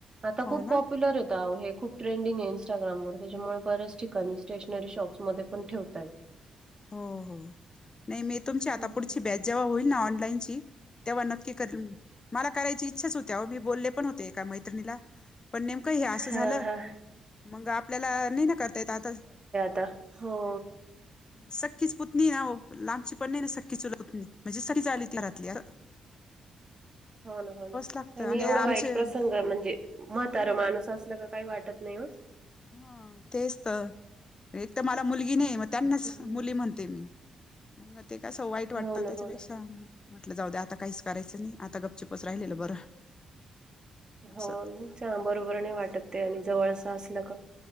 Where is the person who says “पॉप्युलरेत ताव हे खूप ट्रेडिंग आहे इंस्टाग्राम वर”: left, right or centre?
Right